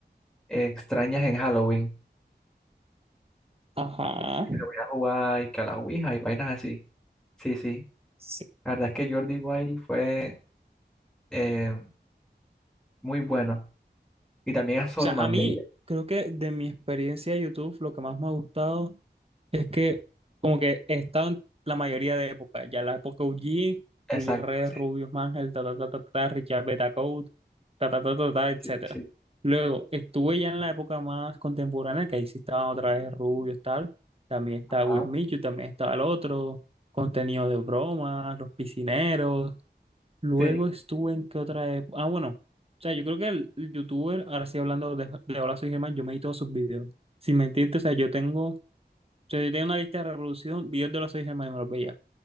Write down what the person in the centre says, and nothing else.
extrañas en Halloween,
que se voy a jugar y que a la Ouija y vainas así. Sí, sí,
la verdad es que Jordi Wild fue eh, muy bueno y también a Sorman
veía.
Exacto,
sí,
sí, sí, sí.
Ajá,
sí,